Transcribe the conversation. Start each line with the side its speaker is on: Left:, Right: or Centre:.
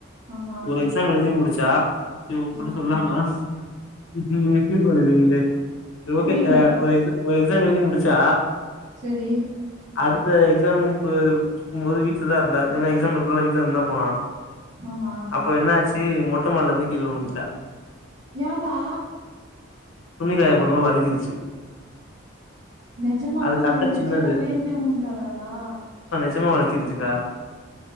Right: ஆமா
Left: ஒரு எக்ஸாம் எழுதி முடிச்சு டா இவங் இப்டி
Right: ம்
Left: சொல்லா மனசு நீங்க இப்டி பண்ணுரீங்களே சரி ஓகே
Right: புரில
Left: அ ஒரு எக்ஸ் ஒரு எக்ஸ் எழுதி முடிச்சா
Right: சரி.
Left: அடுத்த எக்ஸாம்க்கு போகும் போது வீட்டுல தா இருந்த ஏன்ன எக்ஸாம் இருந்தனால வீட்ல இருந்துதா போனா
Right: ஆமா.
Left: அப்ப என்னாச்சு சி மொட்ட மாடிலந்து கீழ வுழுந்துட்டா
Right: ஏன்டா
Left: துணி காய போடும்போது வழுக்கிருச்சு
Right: நிஜமாலுமே
Left: அது கட்ட
Right: வலிக்கிடுச்சு
Left: சின்னது
Right: இல்ல வேணுனே வுழுந்துட்டாலடா
Left: நிஜமா வழுக்கிருச்சிக்கா